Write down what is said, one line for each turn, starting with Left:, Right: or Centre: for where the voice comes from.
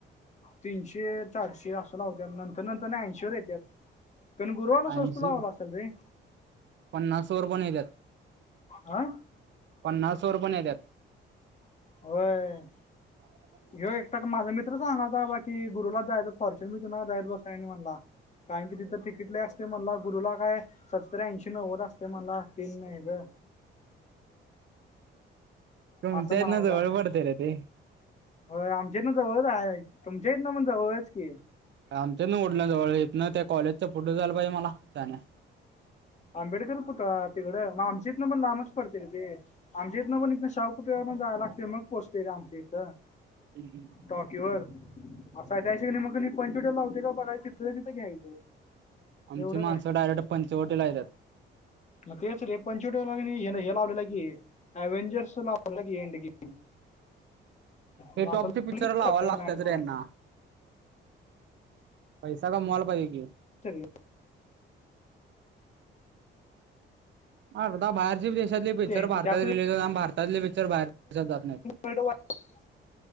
Left: तीनशे- चारशे असं लावतेत, नंतर.. नंतर.. ऐंशी वर येतेत. पण गुरुवाला
Right: ऐंशी
Left: स्वस्त लावाला असेल रे.
Right: पन्नास वर पण येत्यात.
Left: हा
Right: पन्नास वर पण येत्यात.
Left: होय
Right: <inaudible>
Left: होय एकता माझा मित्र चांगला की बाबा की गुरुवारला फर्शन जायच बसायने म्हणला. कारण की तिथं तिकीट लय असते मला गुरुला काय सत्तर, र्ऐंशी, नव्वद असते म्हणला, तीन नाही ग
Right: तुमच्या
Left: असं म्हणालता.
Right: इथन जवळ पडते रे ते.
Left: होय, आमच्या हितना जवळच आहे, तुमच्यातन पण जवळच की
Right: आमच्या हितन कुठलं जवळय, हितना त्या कॉलेजच्या पुुढ जालं पाहिजे मला शहाण्या
Left: आंबेडकर पुतळा तिकड.. आमच्या हीतन लांबच पडत रे ते. आमच्या इथनं पण इथ शाहूपुतळा वरन जाय लागते मग पोचतय र आमच्या इथं.
Right: हम्म हम्म
Left: टॉकीवर.. आता काय काय ठिकाणी मग पॉईंट टू लावते का बघाच तिथल्या तिथं घ्यायचं.
Right: आमची
Left: एवढं
Right: माणसं
Left: काय.
Right: डायरेक्ट पंचवटीला येत्यात.
Left: तेच रे.. पंचवटी हे.. हे.. लावलेलं की अवेंजर्स लावलय एंड गेम
Right: हे
Left: मी
Right: टॉपचे
Left: आता लावले
Right: पिक्चर लावायला लागतात
Left: मॅन
Right: रे
Left: पण.
Right: यांना
Left: <unintelligible>
Right: पैसा कमवाल पाहिजे की
Left: शक. <unintelligible>
Right: अर्धा बाहेरची देशातले पिक्चर
Left: आहे
Right: भारतात
Left: ते त्यासाठी
Right: रिलीज हो.. ह्.. आणि भारतातले पिक्चर बाहेर देशात जात नाहीत.
Left: कडू वाट. <unintelligible>